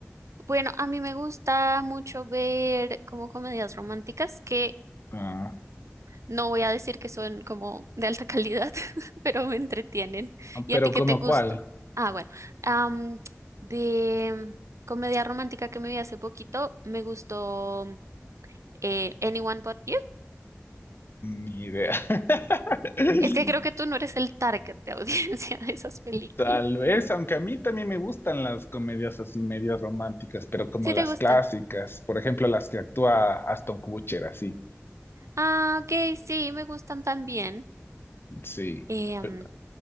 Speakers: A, on the right (about 85°); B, on the left (about 50°).
A: Bueno, a mí me gusta mucho ver como comedias románticas que
B: Ah,
A: No voy a decir que son como de alta calidad, <laughs> pero me entretienen. ¿Y
B: Pero
A: a ti
B: ¿como
A: qué te gusta?
B: cuál?
A: Ah, bueno. am, de comedia romántica que me vi hace poquito, me gustó eh, Anyone But You.
B: Ni idea. <laughs>
A: Es que creo que tú no eres el target de audiencia <laughs> de esas películas.
B: Tal vez, aunque a mí también me gustan las comedias así medio románticas, pero como
A: ¿Sí
B: las
A: te gustan?
B: clásicas, por ejemplo, las que actúa Aston Kutcher, así,
A: Ah, ok, sí, me gustan también.
B: sí.
A: Eh, am,
B: Pe-